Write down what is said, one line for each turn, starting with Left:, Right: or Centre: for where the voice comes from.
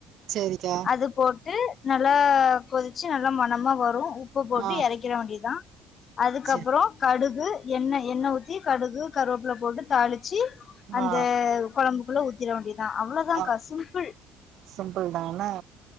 Right: சேரிக்கா
Left: அது போட்டு நல்லா கொதிச்சி நல்லா மணமா வரு உப்பு போட்டு
Right: ஆ
Left: இறக் கிற வேண்டியதா அதுக்கப்றோ
Right: சேரி
Left: கடுகு எண்ணெ எண்ணெ ஊத்தி கடுகு கருவேப்ல போட்டு தாளிச்சி அந்த
Right: ஆ
Left: கொழம்புக்குள்ள ஊத்திற வேண்டியதா அவ்ளதாங்க்கா
Right: ஆ
Left: சிம்பிள்
Right: சிம்பிள் தா என்ன